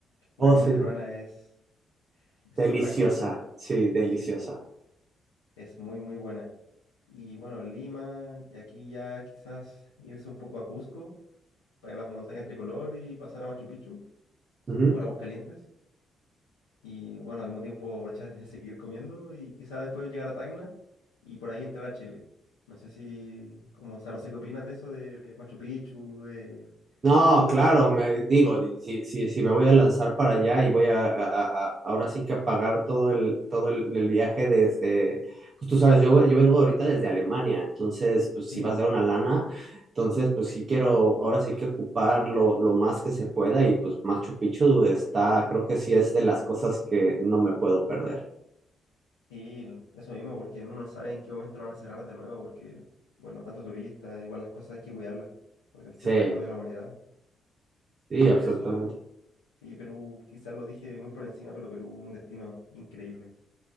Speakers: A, on the left; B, on the right.
A: la
B: Oh,
A: comida
B: sí,
A: peruana es, es
B: deliciosa,
A: otra cosa,
B: sí, deliciosa.
A: sí. Es muy, muy buena. Y bueno, Lima, y aquí ya quizás irse un poco a Cusco, para la montaña tricolor y pasar a Machu Picchu
B: Ujú.
A: por aguas calientes. Y bueno, al mismo tiempo aprovechar <laughs> de seguir comiendo y quizás después llegar a Tacna y por ahí entrar a Chile. No sé si, como, o sea, no sé qué opinas de eso de Machu Picchu, de
B: No,
A: Cusco.
B: claro, me digo, si, si, si me voy a lanzar para allá y voy a, a- a- a- ahora sí que a pagar todo el, todo el, el viaje desde, pues tú sabes, yo, yo vengo ahorita desde Alemania, entonces, pues
A: Sí,
B: si vas a dar una lana, entonces, pues sí quiero, ahora sí que ocupar lo, lo más que se pueda y pues Machu Picchu está, creo que sí es de las cosas que no me puedo perder.
A: sí, lo- eso mismo, porque uno no sabe en qué momento lo van a cerrar de nuevo, porque, bueno, tanto turista, igual las cosas hay que cuidarlas, porque es
B: Sí,
A: el patrimonio de la humanidad.
B: sí,
A: Y
B: absolutamente.
A: eso, eh, y Perú, quizás lo dije muy por encima, pero Perú, un destino increíble.